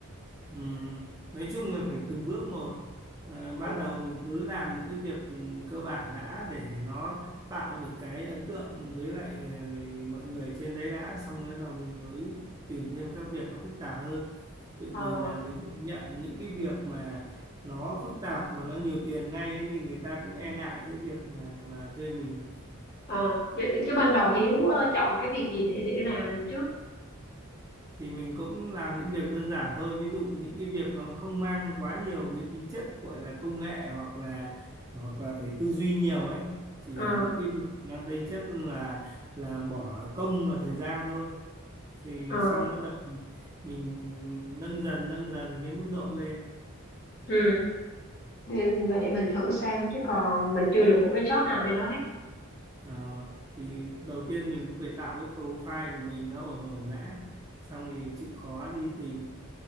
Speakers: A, on the right; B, on the left.
A: Ừ. Nói chung là phải từng bước một. À,
B: Ờ,
A: ban đầu mình cứ làm những cái việc ừ, cơ bản đã để nó tạo được cái ấn tượng với lại ừ, mọi người trên đấy đã xong rồi đầu mình mới tìm thêm các việc nó phức tạp hơn. Tự
B: ờ,
A: vì là nếu mình nhận những cái việc mà nó phức tạp mà nó nhiều tiền ngay ấy, thì người ta cũng e ngại cái việc mà mà thuê mình
B: ờ, chứ chứ ban đầu Hiếu ờ, chọn cái việc gì để để làm trước.
A: thì mình cũng làm những việc đơn giản thôi ví dụ những cái việc nó không mang quá nhiều cái tính chất gọi là công nghệ hoặc là hoặc là phải tư duy nhiều ấy chỉ
B: Ờ,
A: là những cái việc mang tính chất là là bỏ công và thời gian thôi thì
B: ờ,
A: xong bắt đầu mình nâng dần nâng dần cái mức độ lên
B: ừ. Để- Và để mình thử xem chứ còn mình chưa được một cái job nào bên đó hết.
A: Ờ, thì đầu tiên mình cũng phải tạo cái profile của mình nó ổn ổn đã xong thì chịu khó đi tìm